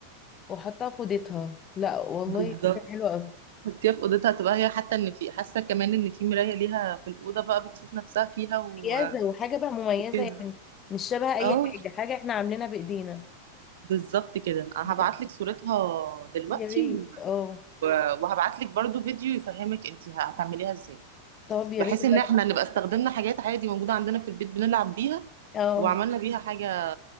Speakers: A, on the left (about 25°); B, on the right (about 60°).
A: وحطها في اوضتها لا والله
B: بالظبط
A: فكرة حلوة قوي
B: حطيها في اوضتها تبقى هي حتى ان في حاسه كمان ان في مرايه ليها في الاوضه بقى بتشوف نفسها فيها و-
A: مميزة وحاجة بقى مميزة
B: وكده
A: يعني مش شبه أي
B: اه
A: حاجة حاجة احنا عاملينها بإيدينا
B: بالظبط كده انا
A: لا
B: هبعت لك صورتها دلوقتي
A: يا ريت
B: و...
A: اه
B: وهبعت لك برضو فيديو يفهمك انت هتعمليها ازاي
A: طب يا
B: بحيث
A: ريت أنا-
B: ان احنا نبقى استخدمنا حاجات عادي موجوده عندنا في البيت بنلعب بيها
A: اه
B: وعملنا بيها حاجه